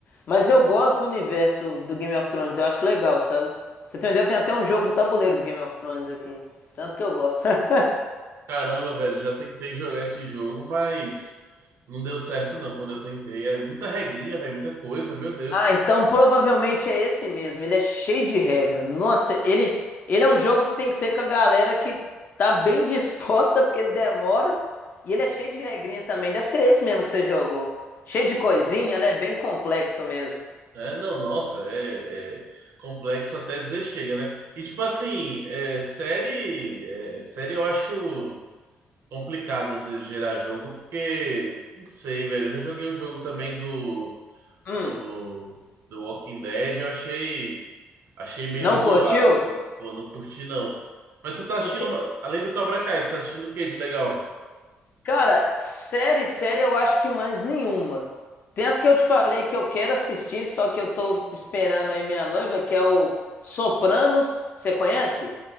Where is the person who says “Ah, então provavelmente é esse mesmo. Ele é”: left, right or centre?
Left